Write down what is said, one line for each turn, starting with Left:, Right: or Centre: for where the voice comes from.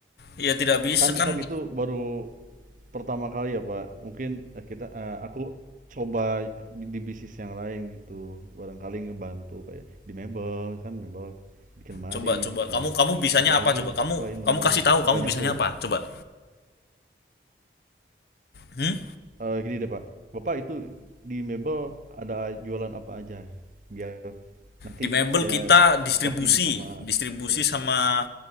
Left: ya tidak bisa
Right: Kan
Left: kan
Right: kan itu baru pertama kali ya Pak. Mungkin eh, kita eh, aku coba bi- di bisnis yang lain gitu. Barangkali ngebantu kayak di mebel kan mebel bikin lemari
Left: Coba coba
Right: bikin
Left: kamu kamu bisanya
Right: apalagi
Left: apa coba? Kamu
Right: selain
Left: kamu
Right: lemari
Left: kasih tahu
Right: kan
Left: kamu
Right: banyak
Left: bisanya
Right: tuh.
Left: apa? Coba. Hmm?
Right: Eee, gini deh, Pak, Bapak itu di mebel ada jualan apa aja? Biar nanti
Left: Di Mebel
Right: saya
Left: kita distribusi,
Right: cocokin sama
Left: distribusi
Right: skill.
Left: sama